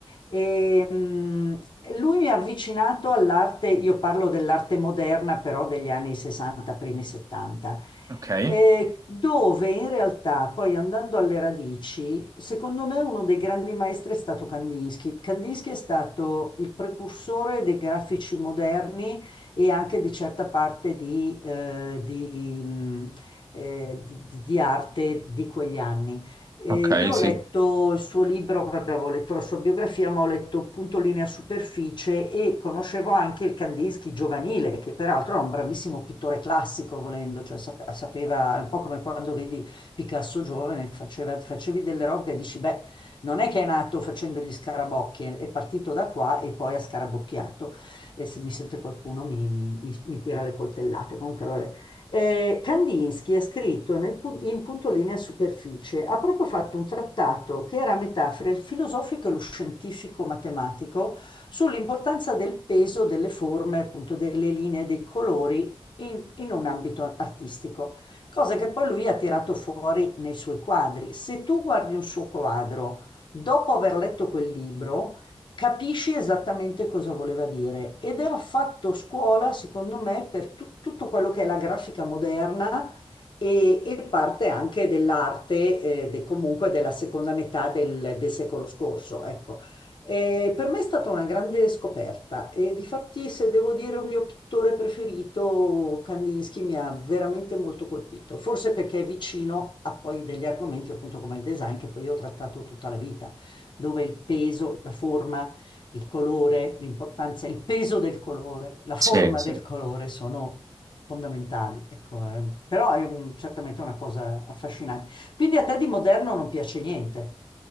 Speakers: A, on the left; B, on the right.
A: E, mh, lui mi ha avvicinato all'arte, io parlo dell'arte moderna, però degli anni 60, primi 70,
B: Ok.
A: eh, dove in realtà, poi andando alle radici, secondo me uno dei grandi maestri è stato Kandinsky. Kandinsky è stato il precursore dei grafici moderni e anche di certa parte di, eh, di, mh, eh, di- di- di arte di quegli anni. Eh,
B: Ok,
A: io
B: sì.
A: ho letto il suo libro, vabbè, avevo letto la sua biografia, ma ho letto appunto Linea Superficie e conoscevo anche il Kandinsky giovanile, che peraltro era un bravissimo pittore classico, volendo, cioè sape- sapeva, è un po' come quando vedi Picasso giovane, faceva- facevi delle robe e dici, beh, non è che è nato facendo gli scarabocchi, è è partito da qua e poi ha scarabocchiato e se mi sente qualcuno mi, mi- mi- mi tira le coltellate. Comunque, vabbè. Eh, Kandinsky ha scritto nel pu- in Punto Linea e Superficie, ha proprio fatto un trattato che era a metà fra il filosofico e lo scientifico matematico sull'importanza del peso delle forme, appunto delle linee, dei colori in in un ambito artistico cosa che poi lui ha tirato fuori nei suoi quadri. Se tu guardi un suo quadro dopo aver letto quel libro, capisci esattamente cosa voleva dire. Ed era fatto scuola, secondo me, per tu- tutto quello che è la grafica moderna e, e parte anche dell'arte, eh, de- comunque della seconda metà del, del secolo scorso, ecco. Eh, per me è stata una grande scoperta e difatti se devo dire un mio pittore preferito, Kandinsky mi ha veramente molto colpito, forse perché è vicino a poi degli argomenti appunto come il design che poi io ho trattato tutta la vita, dove il peso, la forma, il colore, l'importanza, il peso del colore, la forma
B: Sì, sì.
A: del colore sono fondamentali. Ecco, eh, però è un- certamente una cosa affascinante. Quindi a te di moderno non piace niente